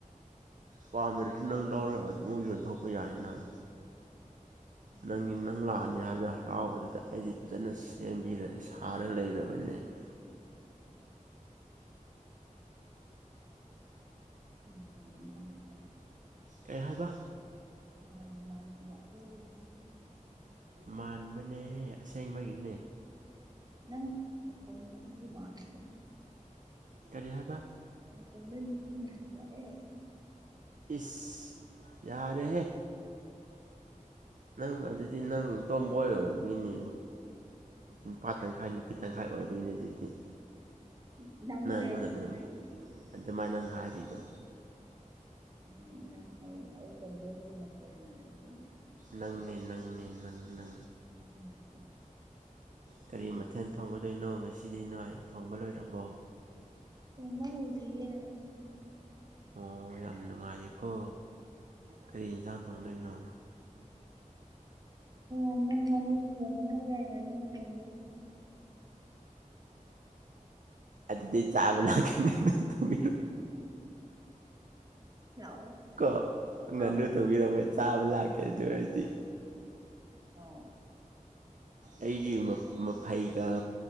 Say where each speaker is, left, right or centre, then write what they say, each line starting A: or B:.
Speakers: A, on the right; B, on the right.
A: ꯄꯥꯝꯗꯔꯁꯨ ꯅꯪ ꯂꯧꯔ ꯑꯃꯁꯨ ꯑꯣꯏꯅꯊꯣꯛꯄ ꯌꯥꯏꯟꯅꯪ ꯅꯪꯒꯤ ꯅꯪ ꯂꯥꯛꯑꯅꯤ ꯍꯥꯏꯕꯗ ꯍꯔꯥꯎꯕꯗꯨꯗ ꯑꯩꯗꯤ ꯐꯖꯅ ꯁꯦꯝꯕꯤꯔ ꯁꯥꯔ ꯂꯩꯔꯕꯅꯤ <unintelligible>
B: ꯎꯝ
A: ꯀꯩ ꯍꯥꯏꯕ
B: ꯃꯥꯥꯟꯦ ꯃꯥꯥꯟꯇꯔ ꯑꯦ
A: ꯃꯥꯟꯕꯅꯦꯍ ꯑꯁꯦꯡꯕꯒꯤꯅꯦ
B: ꯅꯪꯀ ꯃꯥꯅꯤꯅꯦ
A: ꯀꯔꯤ ꯍꯥꯏꯕ
B: ꯑ ꯁꯣꯗ ꯃꯤꯄꯤ ꯃꯥꯁꯤ ꯑꯦ
A: ꯏꯁ ꯌꯥꯔꯦꯦ ꯅꯪ ꯑꯗꯨꯗꯤ ꯅꯪ ꯇꯣꯝꯕꯣꯏꯅꯤ ꯅꯨꯄꯥ ꯇꯪꯈꯥꯏ ꯅꯨꯄꯤ ꯇꯪꯈꯥꯏ ꯇꯪꯈꯥꯏ ꯑꯣꯏꯕꯒꯤꯅꯤ ꯑꯗꯨꯗꯤ
B: ꯅꯪ ꯍꯥꯏ
A: ꯏ ꯃꯣꯗꯠꯅꯦꯕ ꯑꯗ ꯃꯥꯏꯅꯥꯪꯒꯥꯔꯤꯗ
B: ꯎꯝ ꯅꯪ ꯍꯥꯏ ꯑꯩ ꯣꯏꯒꯤ ꯃꯛꯅ ꯅꯪꯒ
A: ꯅꯪꯅꯦ ꯅꯪꯅꯦ ꯅꯪ ꯅ
B: ꯎꯝ
A: ꯀꯔꯤ ꯃꯊꯦꯜ ꯊꯣꯡꯒꯗꯣꯏꯅꯣ ꯉꯁꯤꯗꯤ ꯅꯣꯏ ꯊꯣꯡꯕ ꯂꯣꯏꯔꯕꯣ
B: ꯁꯃꯕꯨꯗꯔꯤꯌꯦꯦ
A: ꯑꯣ ꯌꯥꯝ ꯅꯨꯡꯉꯥꯏꯌꯦꯀꯣ ꯀꯔꯤ ꯌꯦꯟꯁꯥꯡ ꯊꯣꯡꯗꯩꯅꯣ
B: ꯑ ꯅꯪꯅ ꯊꯣꯡꯉꯅꯅꯤ ꯊꯣꯡꯒꯦ
A: ꯑꯗꯤꯗꯤ ꯆꯥꯕꯂ ꯀꯅ ꯊꯃꯤ
B: ꯂꯥꯛꯑꯣ
A: ꯀ ꯉꯅ
B: ꯍꯣꯏ
A: ꯇꯕꯤ ꯅꯃꯥꯏ ꯆꯥꯕ ꯂꯥꯛꯀꯦ ꯑꯗꯨ ꯍꯥꯏꯗꯤ
B: ꯑ
A: ꯑꯩꯒꯤ ꯃꯐꯩꯒ